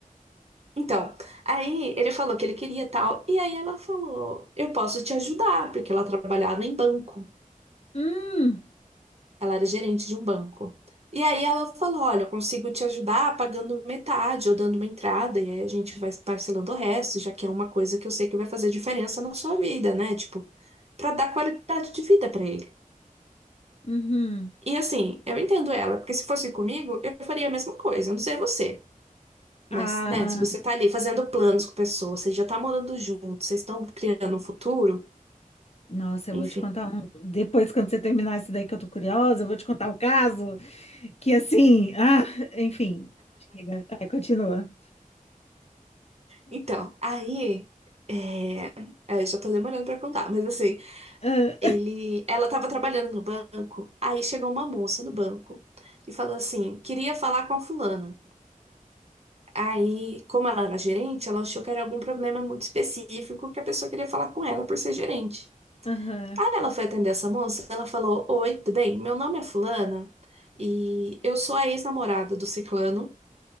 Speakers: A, on the right; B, on the left.
A: Então, aí ele falou que ele queria tal, e aí ela falou, eu posso te ajudar, porque ela trabalhava em banco.
B: Hum,
A: Ela era gerente de um banco. E aí ela falou: Olha, eu consigo te ajudar pagando metade ou dando uma entrada, e aí a gente vai parcelando o resto, já que é uma coisa que eu sei que vai fazer diferença na sua vida, né? Tipo, pra dar qualidade de vida pra ele.
B: uhum.
A: E assim, eu entendo ela, porque se fosse comigo, eu faria a mesma coisa, eu não sei você. Mas,
B: Ah,
A: né, se você tá ali fazendo planos com pessoas, você já tá morando junto, vocês estão criando um futuro,
B: nossa, eu
A: enfim.
B: vou te contar um. Depois, quando você terminar esse daí que eu tô curiosa, eu vou te contar um caso que assim, ah, enfim. Chega. Vai, continua.
A: Então, aí. É... é, eu já tô demorando pra contar, mas assim.
B: Ah,
A: Ele, ela estava trabalhando no banco, aí chegou uma moça no banco e falou assim: queria falar com a fulana. Aí, como ela era gerente, ela achou que era algum problema muito específico que a pessoa queria falar com ela por ser gerente.
B: <laughs> Aham.
A: Aí ela foi atender essa moça, ela falou: Oi, tudo bem? Meu nome é fulana e eu sou a ex-namorada do ciclano